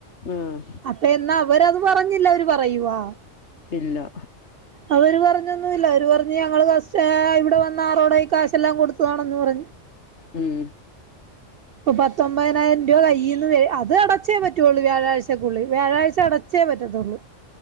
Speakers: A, on the left; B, on the right.
A: ആഹ്
B: അപ്പം എന്നാ അവരത് പറഞ്ഞില്ല അവര് പറയുവാ
A: ഇല്ല
B: അവര് പറഞ്ഞൊന്നുമില്ല അവര് പറഞ്ഞ് ഞങ്ങള് ഫസ്റ്റ് ഇവിടെ വന്ന ആറോടെ ഈ കാശെല്ലാം കൊടുത്തതാണെന്ന് പറഞ്ഞു
A: ഉംഹ്
B: ഇപ്പൊ പത്തൊമ്പതിനായിരം രൂപ കയ്യിൽന്ന് അത് അടച്ചേ പറ്റുവൊള്ളൂ വ്യാഴാഴ്ചക്കുള്ളിൽ വ്യാഴാഴ്ച- ഴ്ച്ച അടച്ചേ പറ്റത്തുള്ളൂ